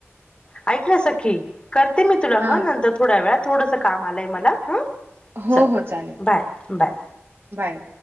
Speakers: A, on the left; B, on the right.
A: ऐक ना सखी करते मी तुला
B: हां.
A: ह नंतर थोड्या वेळात. थोडस काम आलंय मला ह
B: हो,
A: चल
B: हो. चालेल.
A: Bye bye.
B: बाय.